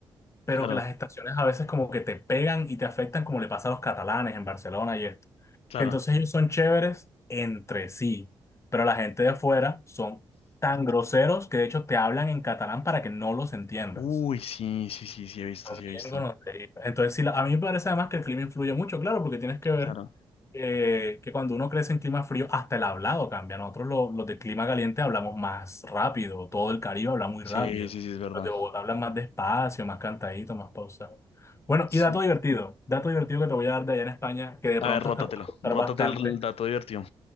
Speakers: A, on the left (about 25°); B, on the left (about 70°).
A: pero
B: Claro,
A: que las estaciones a veces como que te pegan y te afectan como le pasa a los catalanes en Barcelona y esto.
B: claro.
A: Que entonces ellos son chéveres entre sí, pero la gente de afuera son tan groseros que de hecho te hablan en catalán para que no los entiendas.
B: Uy, sí, sí, sí, sí, he visto,
A: También
B: sí, he visto.
A: gonorrea. Entonces, sí, la- a mí me parece además que el clima influye mucho, claro, porque tienes que ver
B: Claro.
A: eh, que cuando uno crece en clima frío, hasta el hablado cambia. Nosotros lo- los de clima caliente hablamos más rápido, todo el Caribe habla muy
B: Sí,
A: rápido.
B: sí, sí, es verdad.
A: Los de Bogotá hablan más despacio, más cantadito, más pausado. Bueno,
B: Sí.
A: y dato divertido, dato divertido que te voy a dar de allá en España, que de
B: A
A: pronto
B: ver, rótatelo.
A: hasta te va a gustar
B: Rótate
A: bastante,
B: el dato divertido,